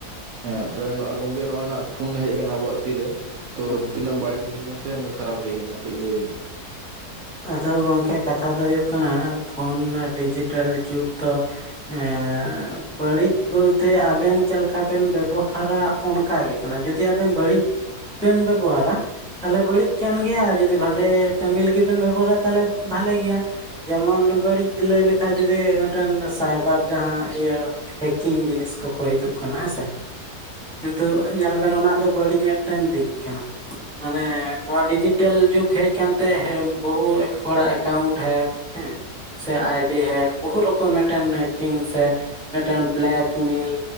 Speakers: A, on the right; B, in the centre.
A: ᱦᱮᱸ ᱛᱚᱵᱮ ᱱᱚᱸᱜ-ᱚᱭ ᱜᱚᱝᱠᱮ ᱱᱚᱸᱜ-ᱚᱭ ᱯᱷᱳᱱ ᱦᱮᱡ ᱠᱟᱱᱟ ᱟᱵᱚᱣᱟᱜ ᱛᱤᱨᱮ ᱛᱚ
B: ᱦᱩᱸ
A: ᱛᱤᱱᱟᱹᱜ ᱵᱟᱹᱲᱤᱡ ᱦᱩᱭ ᱠᱟᱱᱟ ᱥᱮ ᱚᱱᱠᱟ ᱠᱷᱟᱨᱟᱯ ᱦᱩᱭ ᱠᱟᱱᱟ ᱠᱟᱹᱡ ᱞᱟᱹᱭ ᱵᱤᱱ᱾
B: ᱟᱫᱚ ᱜᱚᱝᱠᱮ ᱠᱟᱛᱷᱟ ᱫᱚ ᱦᱩᱭᱩᱜ ᱠᱟᱱᱟ ᱯᱷᱳᱱ ᱰᱤᱡᱤᱴᱮᱞ ᱡᱩᱜᱽ ᱫᱚ ᱮᱸ ᱵᱟᱹᱲᱤᱡ ᱵᱚᱞᱛᱮ ᱟᱵᱮᱱ ᱪᱮᱫ ᱞᱮᱠᱟ ᱵᱮᱱ ᱵᱮᱵᱚᱦᱟᱨᱟ ᱚᱱ ᱠᱟ ᱜᱮ ᱠᱟᱱᱟ ᱡᱩᱫᱤ ᱟᱵᱮᱱ ᱵᱟᱹᱲᱤᱡ ᱵᱮᱱ ᱵᱮᱵᱚᱦᱟᱨᱟ ᱛᱟᱦᱚᱞᱮ ᱵᱟᱹᱲᱤᱡ ᱠᱟᱱ ᱜᱮᱭᱟ ᱟᱨ ᱡᱩᱫᱤ ᱵᱷᱟᱞᱮ ᱠᱟᱹᱢᱤ ᱞᱟᱹᱜᱤᱫ ᱵᱮᱱ ᱵᱮᱵᱚᱦᱟᱨᱟ ᱛᱟᱦᱚᱞᱮ ᱵᱷᱟᱞᱮ ᱜᱮᱭᱟ᱾ ᱡᱮᱢᱚᱱ ᱵᱟᱹᱲᱤᱡ ᱞᱟᱹᱭ ᱞᱮᱠᱷᱟ ᱡᱩᱫᱤ ᱢᱤᱫᱴᱮᱱ ᱥᱟᱭᱵᱟᱨ ᱡᱟᱦᱟᱸ ᱤᱭᱟᱹ ᱦᱮᱠᱤᱝ ᱡᱤᱱᱤᱥ ᱠᱚᱠᱚ ᱦᱤᱡᱩᱜ ᱠᱟᱱᱟ ᱦᱮᱸᱥᱮ, ᱠᱤᱱᱛᱩ ᱧᱮᱞ ᱵᱮᱱ ᱚᱱᱟ ᱫᱚ ᱵᱟᱹᱲᱤᱡ ᱢᱤᱫᱴᱮᱱ ᱫᱤᱠ ᱠᱟᱱᱟ, ᱢᱟᱱᱮ ᱱᱚᱣᱟ ᱰᱤᱡᱤᱴᱮᱞ ᱡᱩᱜᱽ ᱦᱮᱡ ᱠᱟᱱ ᱛᱮ ᱦᱮ ᱵᱚᱦᱩ ᱦᱚᱲᱟᱜ ᱮᱠᱟᱣᱩᱱᱴ ᱦᱮᱠ ᱦᱮᱸ, ᱥᱮ ᱟᱭᱰᱤ ᱦᱮᱠ ᱵᱚᱦᱩ ᱨᱚᱠᱚᱢ ᱢᱤᱫᱴᱮᱱ ᱦᱮᱠᱤᱝ ᱥᱮ ᱢᱤᱫᱴᱮᱱ ᱵᱞᱮᱠᱢᱮᱞ